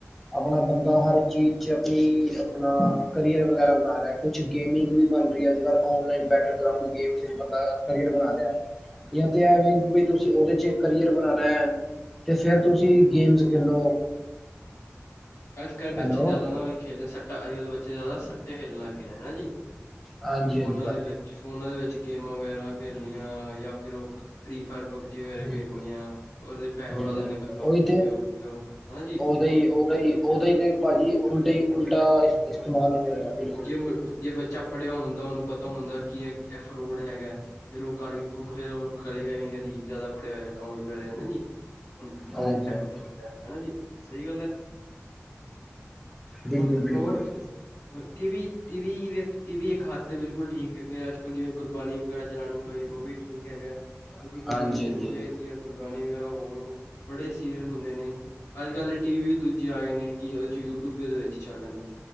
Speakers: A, in the centre; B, on the left.
A: ਅਪਨਾ ਬੰਦਾ
B: ਹਾਂਜੀ
A: ਹਰ ਚੀਜ਼ 'ਚ ਅਪਨੀ, ਅਪਨਾ ਕਰੀਅਰ ਵਗੈਰਾ ਬਨਾ ਲਿਆ, ਕੁਛ ਗੇਮਿੰਗ ਵੀ ਬਨ ਰੀ ਐ। ਅੱਜ-ਕੱਲ ਔਨਲਾਈਨ ਬੈਟਰ ਗਰਾਂਉਡ ਗੇਮ' ਚ ਬੰਦਾ ਕਰੀਅਰ ਬਨਾ ਲਿਆ। ਯਾ ਤੇ ਐ ਹੈਗੇ ਬਈ, ਤੁਸੀਂ ਓਦੇ 'ਚ ਕਰੀਅਰ ਬਨਾਨੈ, 'ਤੇ ਫੇਰ ਤੁਸੀਂ ਗੇਮਸ ਖੇਲੋ।
B: ਅੱਜ- ਕੱਲ੍ਹ ਬੱਚੇ
A: ਹੈਲੋ
B: ਜਾਦਾ ਨਾ, ਓਈ ਖੇਡਦੇ ਸੱਟਾ। ਅੱਜ-ਕੱਲ੍ਹ ਬੱਚੇ ਜਾਦਾ ਸੱਟੇ ਖੇਲਨ ਲੱਗ ਗਏ ਨੇ, ਹੈਨਾ ਜੀ?
A: ਹਾਂਜੀ-
B: ਫੋਨਾਂ
A: ਹਾਂਜੀ। ਬਾ
B: ਦੇ ਵਿੱਚ ਫੋਨਾਂ ਦੇ ਵਿੱਚ ਗੇਮਾਂ ਵਗੈਰਾ ਖੇਲਨੀਆਂ, ਯਾ ਫਿਰ ਉਹ ਫਰੀ ਫਾਇਰ, ਪਬਜੀ ਵਗੈਰਾ
A: ਬਿਲਕੁਲ
B: ਖੇਲਨੀ ਆ, ਓਦੇ ਪੈਹੇ ਉਡਾ
A: ਬਿਲਕੁਲ
B: ਦਿੰਨੀ ਆ ਬਪਾ।
A: ਉਹੀ
B: ਪਿਉ-ਪਿਉ, ਹਾਂਜੀ।
A: ਤੇ ਈ ਓਦਾ ਈ, ਓਦਾ ਈ ਤੇ ਭਾਜੀ ਉਲਟਾ ਈ ਉਲਟਾ,
B: ਇਫੈਕਟ
A: ਇਸਤੇ-ਇਸਤੇਮਾਲ ਹੋ ਰੇਆ ਬਿਲਕੁਲ।
B: ਜੇ ਜੇ ਬੱਚਾ ਪੜ੍ਹਿਆ ਹੁੰਦਾ, ਉਨੂੰ ਪਤਾ ਹੁੰਦਾ ਕੀ ਅ ਐ, ਫਰੋਡ ਹੈਗੈ। ਫੇਰ ਉਹ ਕਰ ਉਹ ਫੇਰ ਉਹ ਕਰੇਗਾ ਵੀ ਨੀ ਕਦੀ, ਜਾਦਾ ਪੜ੍ਹਿਆ ਹੋਇਆ ਅਕਾਊਂਟ ਵਗੈਰਾ, ਹੈਨਾ ਜੀ? ਅਕਾਂਊਟ,
A: ਹਾਂਜੀ ਹਾਂਜੀ,
B: ਹੈਨਾ ਜੀ? ਸਹੀ ਗੱਲ ਐ।
A: ਬਿਲਕੁਲ-
B: ਹੁਣ
A: ਬਿਲਕੁਲ,
B: ਹੋਰ
A: ਬਿਲਕੁਲ।
B: ਟੀਵੀ, ਟੀਵੀ ਵਿਚ ਟੀਵੀ ਇੱਕ ਹੱਦ ਤੇ ਬਿਲਕੁਲ ਠੀਕ ਏ। 'ਤੇ ਅੱਜ-ਕਲ੍ਹ ਜਿਵੇਂ ਗੁਰਬਾਨੀ ਵਗੈਰਾ ਚਲਾਨੀ ਹੋਏ, ਉਹ ਵੀ ਠੀਕ ਹੈਗਾ। ਕਿਉਂਕਿ
A: ਹਾਂਜੀ
B: ਗੁਰਬਾਨੀ ਚੱਲਨੀ
A: ਹਾਂਜੀ ਹਾਂਜੀ
B: ਚਾਈਦੀ ਐ, ਗੁਰਬਾਨੀ ਵਗੈਰਾ ਹੋਰ, ਬੜੇ ਸੀਰੀਅਲ ਹੁੰਦੇ ਨੇ। ਅੱਜ-ਕੱਲ ਟੀਵੀ ਵੀ ਦੂਜੇ ਕੇ ਆ ਗਏ ਨੇ ਕਿ ਓਦੇ 'ਚ ਯੂ-ਟਿਊਬ ਵੀ ਓਦੇ ਵਿੱਚ ਚੱਲ ਲੈਂਦਾ,